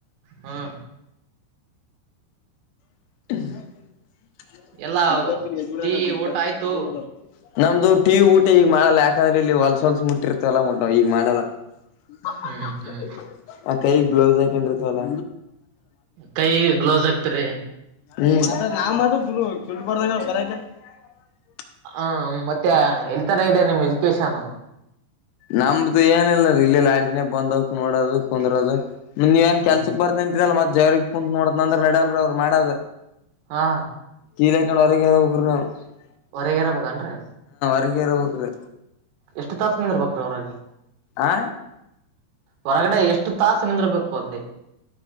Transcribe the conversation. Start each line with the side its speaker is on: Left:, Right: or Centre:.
Right: ಹ್ಞೂಂ
Left: <inaudible> <unintelligible>
Right: ಎಲ್ಲಾ ಟೀ ಊಟ ಆಯ್ತು
Left: ನಮ್ದು ಟೀ ಈಗ ಮಾಡಲ್ಲಾ ಯಾಕಂದ್ರೆ ಇಲ್ಲಿ ಹೊಲ್ಸ ಹೊಲ್ಸ ಮುಟ್ಟಿರ್ತೀವಲ್ಲ ಈಗ ಮಾಡಲ್ಲ <unintelligible>
Right: ಹ್ಮ್ ಹ್ಮ್
Left: ಆ ಕೈಗ್ ಬ್ಲೌಸ್ ಹಾಕೊಂಡ್ರಿತೀವಲ್ಲ
Right: ಕೈಗೆ ಗ್ಲೌಸ್ ಹಾಕ್ತಿರಿ
Left: <unintelligible>
Right: ಆ ಮತ್ತೆ ಎಲ್ತನ ಇದೆ ನಿಮ್ ಎಜುಕೇಶನ್ನು
Left: ನಮ್ದು ಏನಿಲ್ಲ ಇಲ್ಲೇ ಲಾಡ್ಜನ್ಯಾಗೆ ಬಂದವ್ಕ್ ನೋಡೋದು ಕುಂದ್ರೋದು ನೀವ ಏನ್
Right: ಹ
Left: ಕೆಲ್ಸಕ್ ಬರ್ತ ಅಂತಿರಲ್ಲ ಮತ್ ಜವ್ರರಿಗ್ ಕುಂತ್ ನೋಡತನಂದ್ರ ನಡಲ್ರೀ ಅವ್ರು ಮಾಡದ
Right: ಹಾ
Left: <unintelligible>
Right: ಹೊರಗ ಇರಬೇಕೇನ್ರೀ
Left: ಹೀಗೆ ಇರಬೇಕ್ರೀ
Right: ಎಷ್ಟು ತಾಸ ನೀವ್ ಇರ್ಬೇಕ್ರಿ ಹೊರಗೆ
Left: ಆ
Right: ಹೊರಗಡೆ ಎಷ್ಟು ತಾಸು ನಿಂದರ್ಬೇಕು ಅಂದೆ